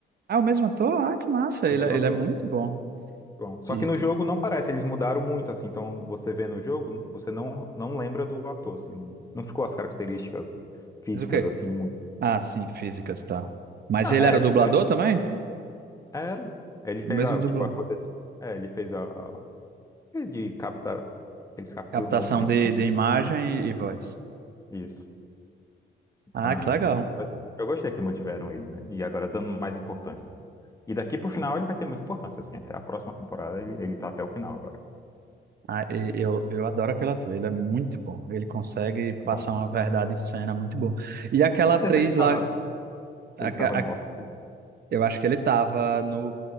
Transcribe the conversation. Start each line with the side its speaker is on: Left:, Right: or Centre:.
Right: Ah, o mesmo ator? Ah, que massa. Ele,
Left: o mesmo
Right: é-
Left: ator.
Right: ele é muito bom.
Left: Bom, só
Right: E...
Left: que no jogo não parece, eles mudaram muito, assim, então você vê no jogo, você não, não lembra do ator, assim, não, não ficou as características físicas,
Right: Mas o quê?
Left: assim, muito.
Right: Ah, sim, físicas, tá. Mas
Left: Ah,
Right: ele era
Left: é,
Right: dublador
Left: tipo, é-
Right: também?
Left: era, ele fez
Right: O mesmo
Left: a,
Right: dublador.
Left: tipo, a coisa, de- é, ele fez a, a- é de captar, eles capturam
Right: Captação
Left: o movimento,
Right: de,
Left: né?
Right: de imagem e, e voz.
Left: Isso,
Right: Ah,
Left: aí,
Right: que legal.
Left: eu gostei que mantiveram ele, né, e agora dando mais importância, assim. E daqui pro final ele vai ter muita importância, assim, até a próxima temporada ele, ele tá até o final agora,
Right: Ah, e- eu, eu adoro aquele ator, ele é muito bom. Ele consegue passar
Left: Tá bom.
Right: uma verdade em cena muito boa. E aquela
Left: Não
Right: atriz
Left: sei se ele tava,
Right: lá,
Left: se
Right: a-
Left: ele tava no
Right: a-
Left: Oscar,
Right: eu acho que ele tava no.